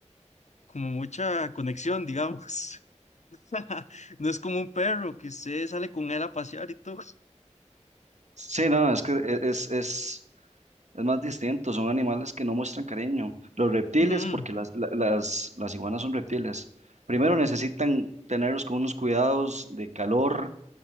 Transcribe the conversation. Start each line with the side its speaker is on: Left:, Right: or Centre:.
Left: como mucha conexión, digamos. <laughs> No es como un perro que usted sale con él a pasear y todo.
Right: Sí, no, es que e- es, es, es más distinto, son animales que no muestran cariño. Los reptiles,
Left: Ujú,
Right: porque las, la- las, las iguanas son reptiles, primero necesitan tenerlos con unos cuidados de calor,